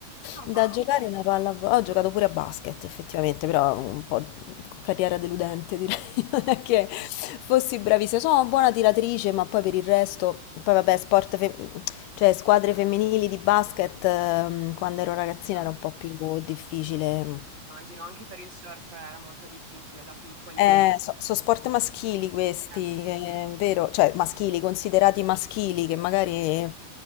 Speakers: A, on the right (about 55°); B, on the left (about 85°).
A: no,
B: da giocare la pallavolo. Ho giocato pure a basket effettivamente, però un po' carriera deludente direi, <laughs> non è che fossi bravissima. Sono una buona tiratrice, ma poi per il resto, poi vabbè, sport femminile. Cioè, squadre femminili di basket, ehm, quando ero ragazzina
A: no,
B: era un po' più difficile.
A: immagino, anche per il surf era molto difficile da piccoli.
B: Eh, so, so sport maschili questi,
A: Eh,
B: che è vero, cioè maschili, considerati maschili, che magari